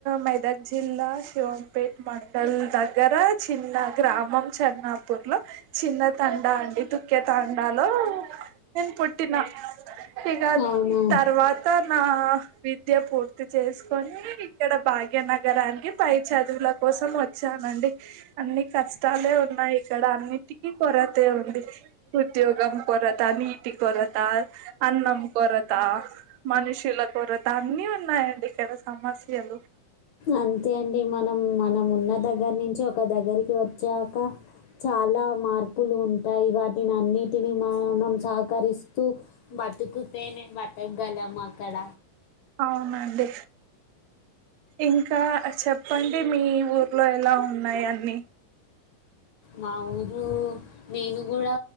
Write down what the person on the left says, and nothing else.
అవును
అంతే అండి మనం నం ఉన్న దగ్గర నుంచి ఓ ఒక దగ్గరి వచ్చాక చాలా మార్పులు ఉంటాయి వాటిని అన్నిటిని మ మనం సహకరిస్తూ బ తుకుతేనే బతకగలం అక్కడ
మా ఊరు నేను కూడా